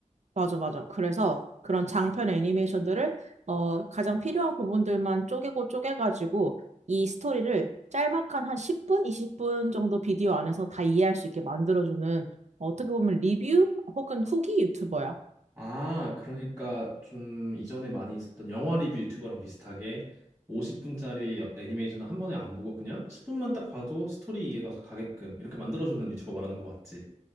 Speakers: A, on the right; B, on the right.
A: 맞아, 맞아. 그래서 그런 장편 애니메이션들을 어, 가장 필요한 부분들만 쪼개고 쪼개가지고 이 스토리를 짤막한 한 10분, 20분 정도 비디오 안에서 다 이해할 수 있게 만들어주는 어떻게 보면 리뷰 혹은 후기 유튜버야.
B: 아, 그러니까 좀 이전에 많이 있었던 영화 리뷰 유튜버랑 비슷하게 50분짜리 애니메이션을 한 번에 안 보고 그냥 10분만 딱 봐도 스토리 이해가 가게끔 이렇게 만들어주는 유튜버 말하는 거 맞지?